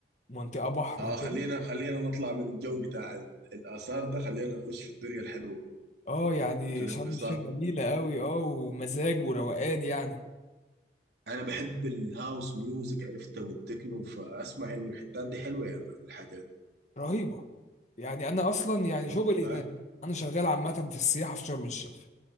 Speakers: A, on the left; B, on the right.
A: منطقة بحر
B: اه
A: وكده
B: خلينا خلينا نطلع من الجو بتاع ال- الآثار ده خلينا نخش في الدنيا الحلوة
A: اه يعني
B: في الانبساط
A: شرم الشيخ جميلة قوي اه ومزاج وروقان يعني
B: أنا بحب الهاوس ميوزك عرفته والتكنو فأسمع إنه الحتات دي حلوة يا مان الحاجات
A: رهيبه يعني انا اصلا يعني
B: والله
A: شغلي هناك انا شغال عامه في السياحه في شرم الشيخ